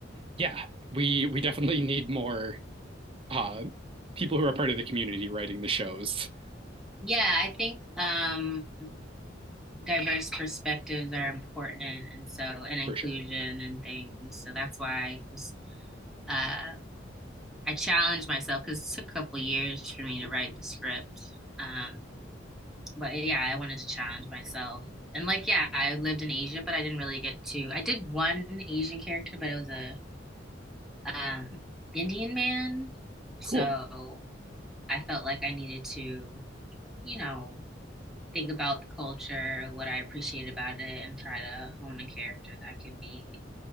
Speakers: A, on the right; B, in the centre.
A: yeah, we we definitely need more uh people who are part of the community writing the shows
B: Yeah, I think um, diverse perspectives are important, and so and inclusion
A: for sure.
B: and things. So that's why I was uh, I challenged myself because it took a couple years for me to write the script. Um, but yeah, I wanted to challenge myself. And like, yeah, I lived in Asia, but I didn't really get to. I did one Asian character, but it was a um, Indian man. So
A: Cool.
B: I felt like I needed to, you know, think about the culture, what I appreciate about it, and try to hone a character that could be,